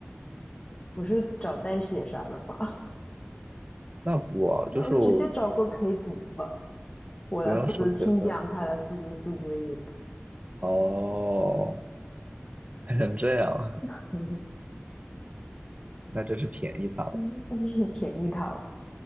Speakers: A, on the left; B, on the right.
A: 不是找代写啥的吧？<laughs>
B: 那不啊，
A: 那我直接找个陪读吧，
B: 就是我
A: 我来负责听讲，
B: 不用收学分。
A: 他来负责做作业，
B: 哦，<laughs> 还成这样啊，
A: <laughs> 嗯，
B: <laughs> 那真是便宜他了。
A: 你便宜他了。